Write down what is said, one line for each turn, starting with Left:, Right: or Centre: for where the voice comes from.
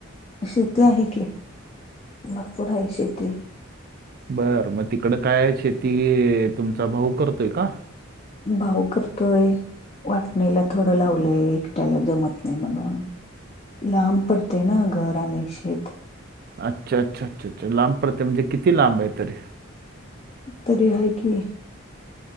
Left: शेती आहे की भरपूर आहे शेती.
Right: बर मग तिकड काय शेती तुमचा भाऊ करतोय का?
Left: भाऊ करतोय. वाटणीला थोडं लावलंय एकट्याला जमत नाही म्हणून. लांब पड़ते न घर आणि शेेत.
Right: अच्छा अच्छ अच्छा अच्छा लांब पड़तय म्हणजे किती लांब आहे तरी?
Left: तरी आहे कि